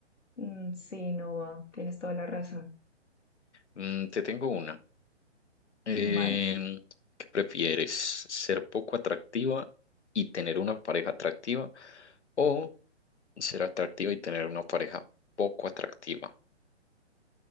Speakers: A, on the left; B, on the left.
A: mm, sí, no va, tienes toda la razón.
B: Mm, te tengo una. Em,
A: Vale.
B: ¿qué prefieres? ¿Ser poco atractiva y tener una pareja atractiva o ser atractiva y tener una pareja poco atractiva?